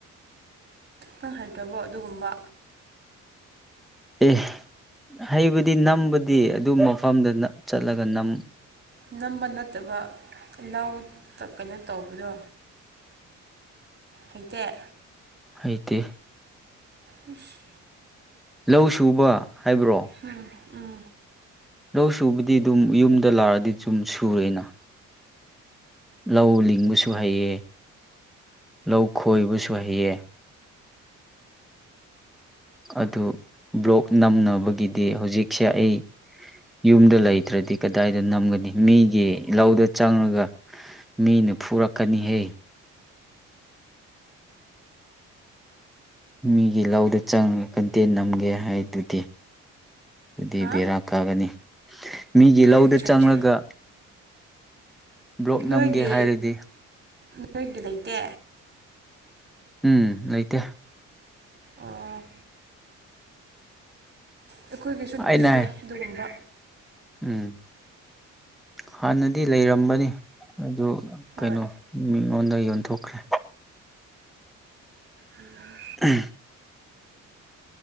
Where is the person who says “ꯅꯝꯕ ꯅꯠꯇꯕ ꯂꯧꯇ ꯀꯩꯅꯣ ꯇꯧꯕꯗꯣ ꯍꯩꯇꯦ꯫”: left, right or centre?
Right